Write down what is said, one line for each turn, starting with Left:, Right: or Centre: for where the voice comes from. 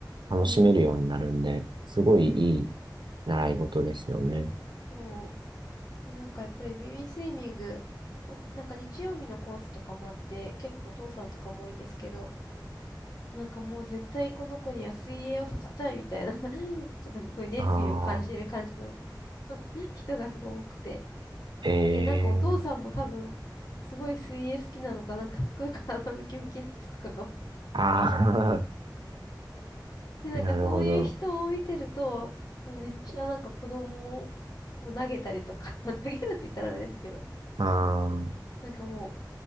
Right: 楽しめるようになるんで、
Left: ね、
Right: すごいいい
Left: うん。
Right: 習い事ですよね。
Left: そう。で、なんかやっぱりベビースイミング、まなんか日曜日のコースとかもあって、結構お父さんとかも多いんですけど、なんかもう絶対この子には水泳をさせたいみたいな <laughs> なんか <laughs> すごい熱意を感じる感じの
Right: ああ、
Left: <laughs> 人がすごい多くて。
Right: え
Left: で、なんかお父さんも多分、
Right: え、
Left: すごい水泳好きなのか、なんかすごい体ムキムキな人とかが多くて
Right: ああ、<laughs>
Left: で、なんかそういう人を見てると、
Right: なるほど。
Left: もうめっちゃなんか子供を投げたりとか、<laughs> 投げるって言ったらあれですけど、
Right: ああ、
Left: なんかも